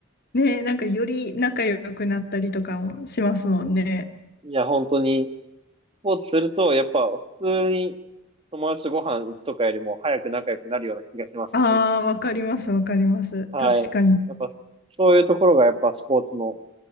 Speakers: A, on the left; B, on the right.
A: ね、なんかより仲良くなったりとかもしますもんね。
B: いや、本当に、スポーツすると、やっぱ普通に友達とご飯行くとかよりも早く仲良くなるような気がしますね。
A: ああ、わかります、わかります。
B: はい。
A: 確かに。
B: やっぱ、そういうところがやっぱスポーツの、